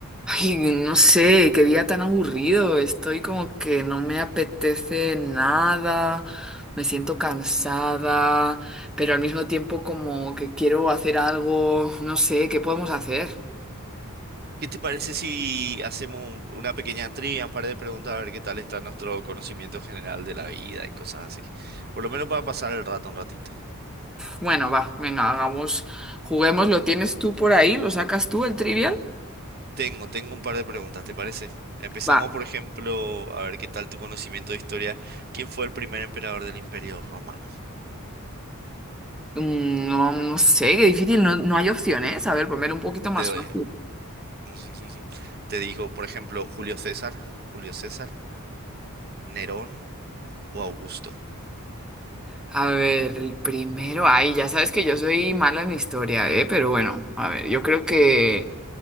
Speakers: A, in the centre; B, on the right (about 45°).
A: Ay, no sé, qué día tan aburrido. Estoy como que no me apetece nada, me siento cansada, pero al mismo tiempo como que quiero hacer algo, no sé, ¿qué podemos hacer?
B: ¿Qué te parece si hacemos un- una pequeña trivia, un par de preguntas, a ver qué tal está nuestro conocimiento general de la vida y cosas así? Por lo menos para pasar el rato un ratito.
A: Bueno, va, venga, hagamos, juguemos, ¿lo tienes tú por ahí? ¿Lo sacas tú el trivial?
B: Tengo, tengo un par de preguntas, ¿te parece? Empezamos,
A: Va,
B: por ejemplo, a ver qué tal tu conocimiento de historia. ¿Quién fue el primer emperador del Imperio Romano?
A: mm, no, no sé, qué difícil, no, no hay opciones. A ver, poner un poquito más
B: Te doy.
A: fácil.
B: <laughs> Te digo, por ejemplo, Julio César, Julio César, Nerón o Augusto.
A: A ver, el primero, ay, ya sabes que yo soy mala en historia, ¿eh? Pero bueno, a ver, yo creo que